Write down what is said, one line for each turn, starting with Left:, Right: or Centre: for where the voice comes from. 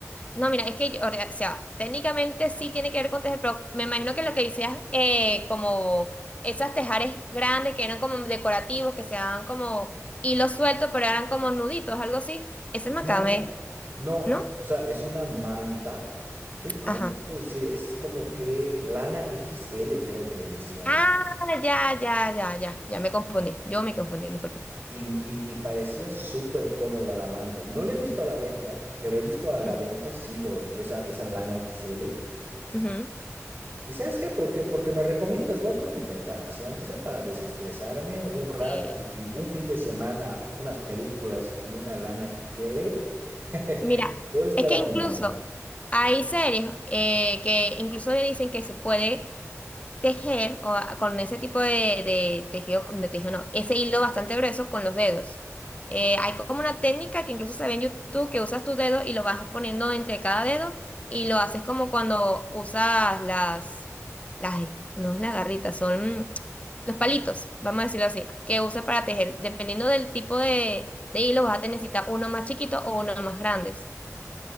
Left: No, mira, es que, yo- o sea, técnicamente sí tiene que ver con tejer, pero me imagino que lo que decías, eh, como esas tejares grandes que eran como decorativos, que se daban como hilos sueltos, pero eran como nuditos, algo así. Ese es macramé,
Right: No, no,
Left: ¿no?
Right: o sea, es una manta que es, ¿cómo
Left: Ajá.
Right: te puedo decir? Es como que lana XL creo que le decían.
Left: Ah, ya, ya, ya, ya, ya me confundí, yo me confundí, disculpa.
Right: y, y- y parecía súper cómoda la manta. Y no la he visto a la venta, pero he visto a la
Left: Mm,
Right: venta sí lo, esa, esa lana XL.
Left: ujú,
Right: ¿Y sabes qué? Porque, porque me recomiendas, vos voy a intentarlo, así aunque sea para desestresarme un rato
Left: Sí,
Right: y, y un fin de semana, unas películas y una lana XL, <laughs>
Left: mira,
Right: voy a estar
Left: es que
Right: animando.
Left: incluso hay series eh, que incluso dicen que se puede tejer o a- con ese tipo de, de tejido, de tejido no, ese hilo bastante grueso con los dedos. Eh, hay como una técnica que incluso se ve en YouTube que usas tus dedos y lo vas poniendo entre cada dedo y lo haces como cuando usas las, las, no es la garrita, son... los palitos, vamos a decirlo así, que usa para tejer. Dependiendo del tipo de, de hilo, vas a necesitar uno más chiquito o uno más grandes.